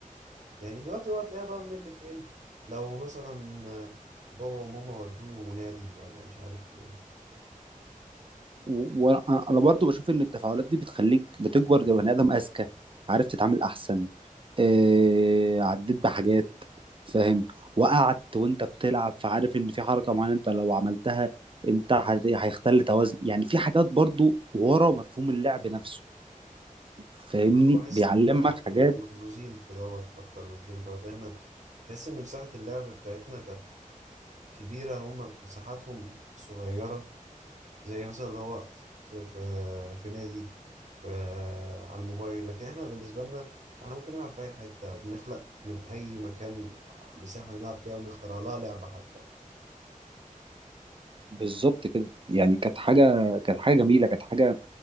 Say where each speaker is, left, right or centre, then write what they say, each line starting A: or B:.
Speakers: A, on the right; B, on the right.
A: يعني دلوقتي هو هتلاقيها بقى من اللي فين لو مثلا بابا وماما ودوه نادي ولا مش عارف إيه،
B: وانا انا برضو بشوف ان التفاعلات دي بتخليك بتكبر كبني ادم اذكى عارف تتعامل احسن آه عديت بحاجات فاهم وقعت وانت بتلعب فعارف ان في حركه معينه انت لو عملتها انت هت- هيختل توازن يعني في حاجات برضو ورا مفهوم اللعب نفسه فاهمني
A: انا برضو بحس
B: بيعلمك
A: ان احنا
B: حاجات
A: مح- محظوظين في دوت اكتر من الجيل دوت احنا تحس ان مساحة اللعب بتاعتنا كانت كبيرة هما مساحاتهم صغيرة زي مثلا اللي هو في في في, في نادي في آه، على الموبايل لكن احنا بالنسبة لنا احنا ممكن نلعب في اي حتة وبنخلق من اي مكان مساحة نلعب فيها ونخترع لها لعبة حتى
B: بالظبط كده يعني كانت حاجه كانت حاجه جميله كانت حاجه